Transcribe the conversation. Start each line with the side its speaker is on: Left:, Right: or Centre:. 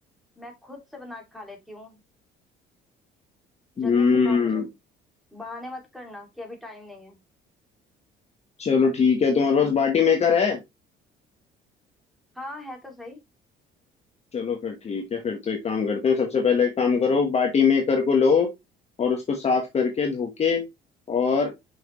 Centre: मैं खुद से बना के खा लेती हूँ
Left: हम्म
Centre: जल्दी सिखाओ मुझे बहाने मत करना कि अभी टाइम नहीं है
Left: चलो ठीक है तुम्हारे पास बाटी मेकर है
Centre: हाँ है तो सही
Left: चलो फिर ठीक है फिर तो एक काम करते हैं सबसे पहले एक काम करो बाटी मेकर को लो और उसको साफ करके धो के और